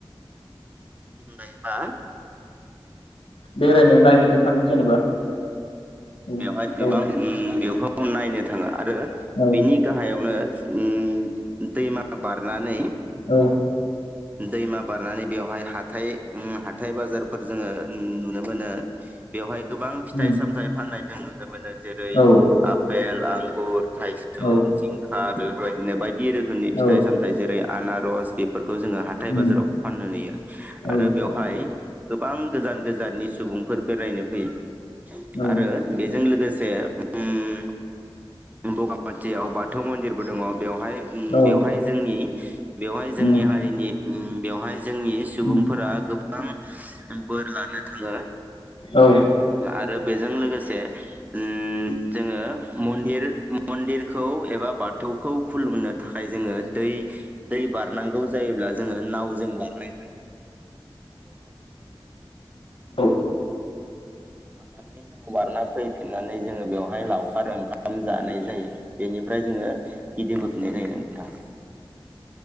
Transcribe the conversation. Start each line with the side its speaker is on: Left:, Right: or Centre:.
Right: नायबा
Left: बेरायनो नायहैनो थाङो जेनेबा औ
Right: बेवहाय गोबां
Left: औ
Right: बेखौ नायनो थाङो आरो
Left: औ
Right: बिनि गाहायावनो उम दैमा बार रानानै
Left: औ
Right: दैमा बारनानै बेवहाय हाथाय ओम हाथाय ओम हाथाय बाजारफोर जोङो नुनो मोनो बेवहाय गोबां फिथाय
Left: उम
Right: सामथाय फाननाय जोंङो नुनो मोनो जेरै
Left: औ
Right: आफेल आंगुर थाइसुम
Left: औ
Right: जिंखा बेफोरबायदिनो बायदि रोखोमनि फिथाइ
Left: औ
Right: सामथायाइ जेरै आनारस बेफोरखौ जोङो हाथाय
Left: उम
Right: बाजाराव फाननो नुयो
Left: औ
Right: आरो बेवहाय गोबां गोजान गोजाननि सुबुंफोर बेरायनो फैयो।
Left: औ
Right: आरो बेजों लोगोसे <unintelligible> बगामाथियाव बाथौ मन्दिरबो दङ। बेहाय ओम
Left: औ
Right: बेवहाय जोंनि बेवहाय जोंनि
Left: उम
Right: हारिनि बेवहाय जोंनि सुबुंफोरा
Left: उम
Right: गोबां बोर लानो थाङो।
Left: औ
Right: आरो बेजों लोगोसे ओम जोङो मन्दिर मन्दिरखौ एबा बाथौखौ खुलुमनो थाखाय जोङो दै दै बारनांगौ जायोब्ला जोङो नावजों बारनाय जायो आरो बेवहाय खुलुमखांनानै
Left: औ।
Right: खुलुमखांनानै नाव बारना फै फिननानै जोङो बेवहाय लाव खार ओंखाम जानाय जायो बेनिफ्राय जोङो गिदिंबोफिननाय जायो नों नोंथाङा